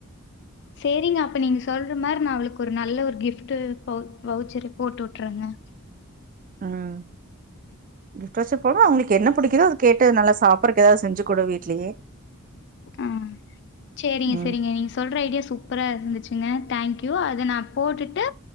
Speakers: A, on the left; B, on the right.
A: சேரிங்க அப்ப நீங்க சொல்ற மாரி நா அவளுக்கு ஒரு நல்ல ஒரு கிஃப்டு வவ் வவுச்சரு போட்டு விட்டுறேங்க <inaudible>
B: ம் கிஃப்ட் ஒசூர் கூட அவங்களுக்கு என்ன பிடிக்குதோ அது கேட்டு நல்லா சாப் அப்பறக் ஏதாவது செஞ்சு குடு வீட்லயே
A: ஆ செரிங்க
B: ம்
A: செரிங்க நீங்க சொல்ற ஐடியா சூப் பரா இருந்துச்சுங்க தேங்க்யூ அத நா போட்டுட்டு